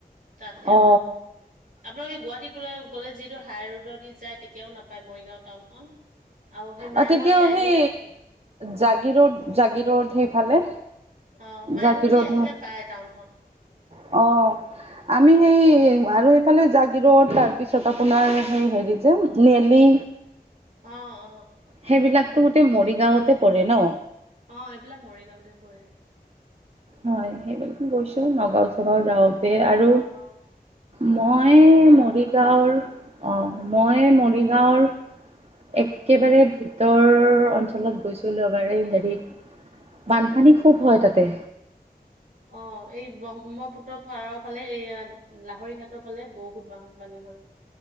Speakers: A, on the right; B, on the right.
A: তাতহে আমি
B: অ
A: আপোনালোকে গুৱাহাটীলৈ গ'লে যিতো হাই ৰোড দি যায় তেতিয়াও নাপায় মৰিগাঁও টাউনখন? আৰু সেই মায়ঙতি
B: অ' তেতিয়াও
A: আহিলে
B: সেই জাগীৰোদ
A: উম উম
B: জাগীৰোদ সেইফালে
A: অ' মায়ঙে
B: জাগি
A: দি
B: ৰোড
A: আহিলে
B: হয়
A: পায় টাউনখন।
B: অ'। আমি সেই আৰু এইফালে জাগীৰোদ তাৰপিছত আপোনাৰ সেই হেৰি যে নেলী
A: অ', অ'।
B: সেইবিলাকতো গোটেই মৰিগাঁওতে পৰে ন?
A: অ' এইবিলাক মৰিগাঁওতে পৰে।
B: হয় সেইবিলাকো গৈছো নগাঁও চগাঁও যাওঁতে
A: অ
B: আৰু।
A: ন
B: মই
A: সেনেকেই
B: মৰিগাঁৱৰ
A: আৰু
B: অঁ মই মৰিগাঁৱৰ একেবাৰে
A: উম।
B: ভিতৰ অঞ্চলত গৈছিলো এবাৰ এই হেৰি, বানপানী খুব হয় তাতে।
A: অ' এই ব্ৰহ্মপুত্ৰ পাৰত ফালে এইয়া লাহৰি ঘাটৰ ফালে বহুত বান বানী হয়।